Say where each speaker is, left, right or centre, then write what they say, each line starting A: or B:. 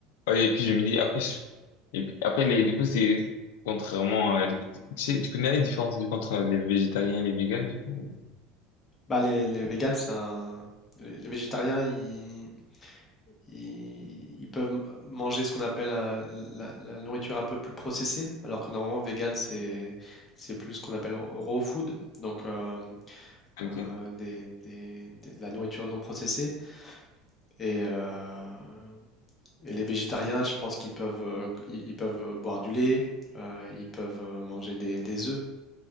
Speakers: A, on the left; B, on the left.
A: ouais, et puis, je me dis, après, je- et puis, après les, du coup, c'est contrairement à... Tu sais, tu connais la différence, du coup, entre les végétariens et les véganes, du coup? ou-
B: Bah les, les véganes, c'est un- Les les végétariens, ils, ils, ils peuvent manger ce qu'on appelle euh, la, la nourriture un peu plus processée, alors que normalement, vegan, c'est c'est plus ce qu'on appelle raw food, donc euh,
A: Ok.
B: euh, des, des- des- de la nourriture non processée. Et, euh, et les végétariens, je pense qu'ils peuvent, euh, ils, ils peuvent boire du lait, euh, ils peuvent euh, manger des, des œufs.